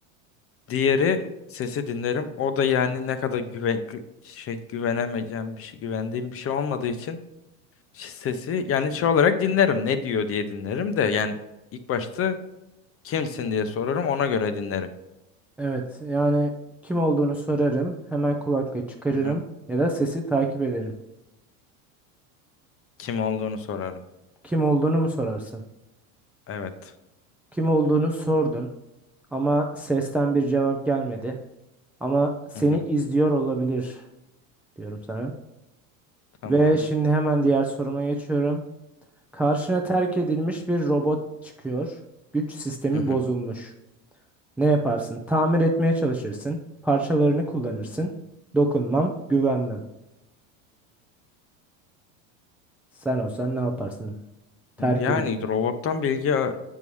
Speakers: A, on the left; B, in the centre.
A: Diğeri sesi dinlerim. O da yani ne kadar güve, gü- şey güvenemeyeceğim bir şey güvendiğim bir şey olmadığı için sesi yani şey olarak dinlerim. Ne diyor diye dinlerim de yani ilk başta kimsin diye sorarım ona göre dinlerim.
B: Evet. Yani kim olduğunu sorarım. Hemen kulaklığı çıkarırım.
A: Hı hı.
B: Ya da sesi takip ederim.
A: Kim olduğunu sorarım.
B: Kim olduğunu mu sorarsın?
A: Evet.
B: Kim olduğunu sordun. Ama sesten bir cevap gelmedi. Ama seni
A: Hı hı.
B: izliyor olabilir diyorum sana.
A: Tamam.
B: Ve şimdi hemen diğer soruma geçiyorum. Karşına terk edilmiş bir robot çıkıyor. Güç sistemi
A: Hı hı.
B: bozulmuş. Ne yaparsın? Tamir etmeye çalışırsın. Parçalarını kullanırsın. Dokunmam, güvenmem. Sen olsan ne yaparsın? Terk
A: Yani
B: edeyim.
A: robottan bilgi a-